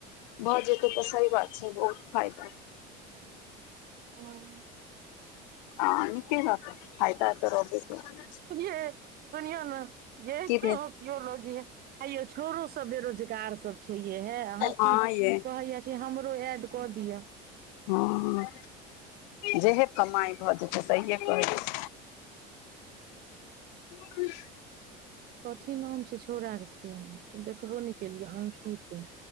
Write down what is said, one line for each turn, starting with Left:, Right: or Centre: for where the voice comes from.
Left: भऽ जेतै तऽ सही बात छै बहुत फायदा
Right: ओह
Left: हाँ निके रहते फायदा ते रहबे करते
Right: सु ये सुनिय ने ये
Left: की
Right: कहो
Left: भेल
Right: लगी है <unintelligible> हे यो छोरो सब बेरोजगार सब छै हे हँसी
Left: हँ ये
Right: कहैया के हमरो ऐड कऽ दिअ
Left: हँ जेहे कमाइ भऽ जेतै सहिए कह दे ह <unintelligible>
Right: कथी नाम छै छौड़ाके देखबो नहि केलियै अंकित